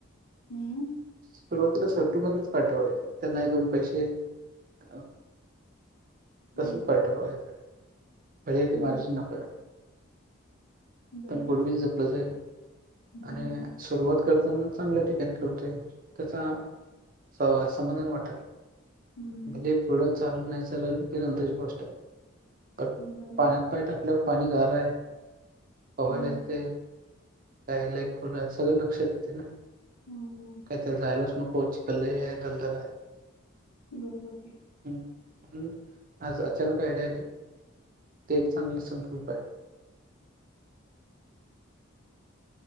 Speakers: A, on the left (about 75°); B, on the right (about 40°).
A: हम्
B: सुरुवातीला <unintelligible> त्यांना हे दोन पैसे <unintelligible>
A: हम्म
B: तसच <unintelligible> म्हणजे ते
A: हम्म.
B: मार्जिन नकोय.
A: बरोबर
B: पण गुडविल जपलं जाईल.
A: हम्म
B: आणि सुरुवात करताना चांगल्या ठिकाणी. त्याचा अ समाधान वाटल.
A: हम्म
B: भले पुढं चालल नाही चालल ते नंतरची गोष्ट आहे. पण
A: बरोबर
B: पाण्यात पाय टाकल्यावर पाणी गार हाय पवायला
A: हम्म
B: येतय काय <unintelligible> आहे सगळं लक्षात येतय ना
A: हम्
B: काय त्याला जायलास नको चिखल लय हाय, दलदल आहे
A: बरोबर की.
B: हम् आज अचानक आयडिया आली ते एक चांगले संकल्प आहे.